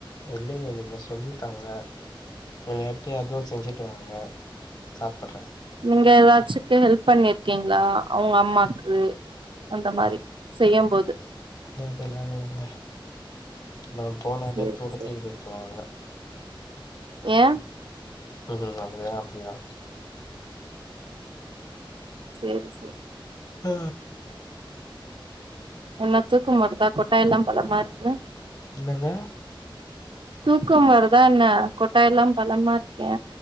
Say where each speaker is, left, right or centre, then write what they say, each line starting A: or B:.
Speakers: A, on the left (about 45°); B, on the right (about 65°).
A: இல்லையே நீங்க சொல்லி தாங்க நேத்தே அதுவு செஞ்சுட்டு வாங்க சாப்பிட்றே
B: நீங்க ஏதாச்சக்கு ஹெல்ப் பண்ணிருக்கீங்களா அவங்க அம்மாக்கு அந்த மாரி செய்யு போது
A: அதல்லா இலைங்க நா போனாலே
B: சேரி
A: தூரத்தில
B: சேரி
A: இருனு சொல்லுவாங்க
B: ஏ
A: ம் ம் அப்டியா அப்டியா
B: செரி செரி
A: ம்
B: என்ன தூக்கம் வருதா கொட்டாய் எல்லா பலமா இருக்கு
A: என்னங்க
B: தூக்கம் வருதா என்ன கொட்டாய் எல்லா பலமா இருக்கே